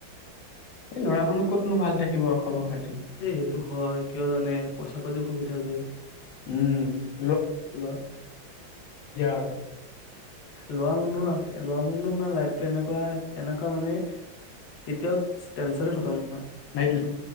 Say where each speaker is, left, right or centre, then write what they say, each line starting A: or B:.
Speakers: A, on the left; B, on the left.
A: এই ল'ৰা মানুহ ক'তনো ভাল থাকিব খবৰ খাতি।
B: এ সেইটো হয় কিয় জানে পইচা পাতি অসুবিধা যে,
A: উম ।
B: ল'ৰা
A: আৰু
B: ল'ৰা মানুহ আছে লৰা মানুহ মানে লাইফ তেনেকুৱা এনেকুৱা মানে কেতিয়াও টেনচনে খতম নহয় ।
A: সেইটোতো